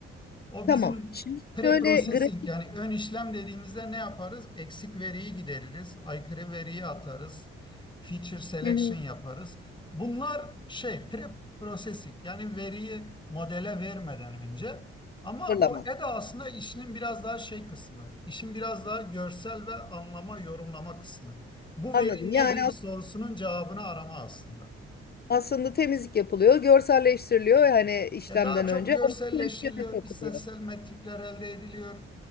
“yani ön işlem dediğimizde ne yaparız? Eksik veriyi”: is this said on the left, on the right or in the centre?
Left